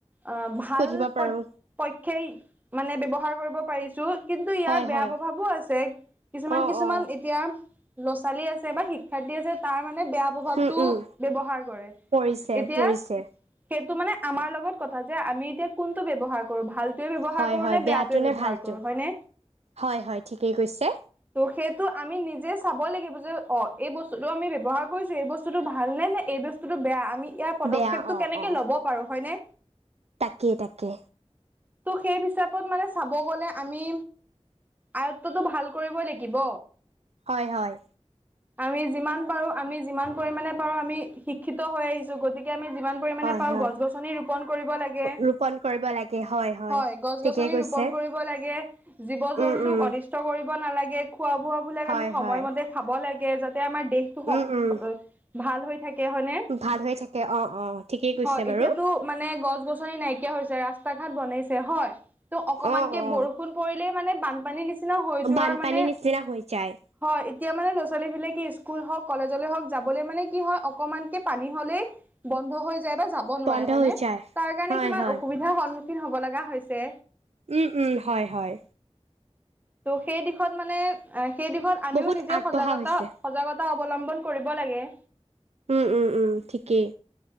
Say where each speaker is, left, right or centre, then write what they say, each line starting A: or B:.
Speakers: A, on the right; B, on the right.
A: অ' ভাল
B: সুধিব পাৰো
A: পইট পইট খেই মানে ব্যবহাৰ কৰিব পাৰিছোঁ। কিন্তু ইয়াৰ
B: হয়
A: বেয়া
B: হয়
A: প্ৰভাৱো আছে কিছুমান
B: অ
A: কিছুমান
B: অ
A: এতিয়া ল'ৰা ছোৱালী আছে বা শিক <unintelligible> আছে তাৰ মানে বেয়া প্ৰভাৱটো
B: উম উম
A: ব্যৱহাৰ কৰে
B: পৰিছে
A: এতিয়া
B: পৰিছে
A: ত' মানে আমাৰ লগত কথা যে আমি এতিয়া কোনটো ব্যৱহাৰ কৰো ভাল <unintelligible> ব্যৱহাৰ
B: হয়
A: কৰোঁ
B: হয়
A: নে
B: বেয়াটো
A: বেয়াটোৱে
B: নে
A: ব্যৱহাৰ
B: ভালটো
A: কৰোঁ হয়নে।
B: হয় হয় ঠিকেই কৈছে
A: ত' সেইটো আমি নিজে চাব লাগিব যে অ' এই বস্তুটো আমি ব্যৱহাৰ কৰিছোঁ এই বস্তুটো ভাল নে নে এই বস্তুতটো বেয়া আমি ইয়াৰ পদক্ষেপটো
B: বেয়া অ
A: কেনেকে
B: অ
A: ল'ব পাৰোঁ হয়নে।
B: তাকেই তাকে
A: ত' সেই হিচাপত মানে চাব গ'লে আমি, আয়ত্বটো ভাল কৰিবই লাগিব।
B: হয় হয়।
A: আমি যিমান পাৰোঁ আমি যিমান পৰিমাণে পাৰোঁ আমি শিক্ষিত হৈ আহিছোঁ গতিকে আমি যিমান পৰিমাণে
B: হয়
A: পাওঁ
B: হয়
A: গছ গছনি ৰোপন <unintelligible> লাগে,
B: ৰোপন কৰিব লাগে
A: হয় গছ
B: ঠিকেই
A: গছনি
B: কৈছে
A: ৰোপন কৰিব লাগে, জীৱ জন
B: উম
A: <unintelligible>
B: উম
A: অনিষ্ট কৰিব নালাগে খোৱা বোৱাবিলাক
B: হয়
A: আমি সময়মতে
B: হয়
A: খাব লাগে যাত <unintelligible> আমাৰ দেহটো স-অ-ভাল
B: উম উম
A: হৈ থাকে হয়নে।
B: ভাল হৈ থাকে অ', অ', ঠিকেই কৈছে
A: হয়
B: বাৰু।
A: এতিয়াতো মানে গছ গছনি নাইকিয়া হৈছে ৰাস্তা ঘাট বনাইছে হয়। ত' অকমানকে
B: অ অ
A: বৰষুণ পৰিলে মানে বানপানীৰ নিচি নিচিনা হৈ যোৱাৰ
B: বানপানীৰ
A: মানে,
B: নিচিনা হৈ যায়
A: হয় এ এতিয়া মানে ল'ৰা ছোৱালীবিলাকে ইস্কুল হওঁক কলেজলৈ হওঁক যাবলৈ মানে কি হয় অকনমানকে পানী <unintelligible> বন্ধ হয় যায় বা যাব নোৱাৰে
B: বন্ধ
A: হয়নে,
B: হৈ যায়
A: তাৰ কাৰণ
B: হয়
A: কিমান
B: হয়
A: অসুবিধাৰ সম <unintelligible> হ'ব লগা হৈছে।
B: উম, উম, হয় হয়।
A: ত' সেই দিশত মানে সেই দিশত আমিও
B: বহুত
A: নিজে
B: আগবঢ়া
A: সজাগতা
B: হৈছে।
A: সজাগত অৱলম্বন কৰিব লাগে।
B: উম, উম, উম, ঠিকেই।